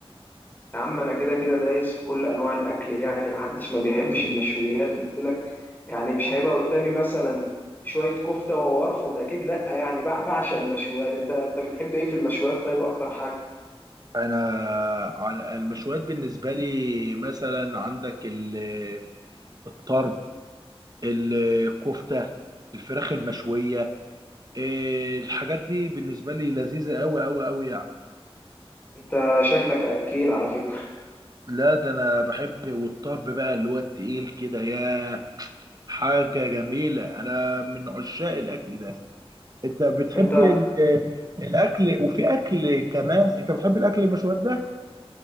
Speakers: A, on the left; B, on the right.
A: يا عم انا كده كده دايس في كل انواع الاكل يعني محدش ما بيحبش المشويات قلت لك يعني مش هيبقى قدامي مثلا شوية كفتة وارفض اكيد لا يعني بع- بعشق المشويات انت انت بتحب ايه في المشويات طيب اكتر حاجة
B: انا على- المشويات بالنسبه لي مثلا عندك ال- الطرب الكفتة الفراخ المشوية إيه، الحاجات دي بالنسبة لي لذيذة أوي أوي أوي يعني
A: انت شكلك اكيل على فكرة
B: لا ده أنا بحب والطرب بقى اللي هو التقيل كده يا حاجة جميلة أنا من عشاق الأكل ده أنت بتحب
A: انت
B: ال- <laughs> الأكل وفي أكل كمان أنت بتحب الأكل المشويات ده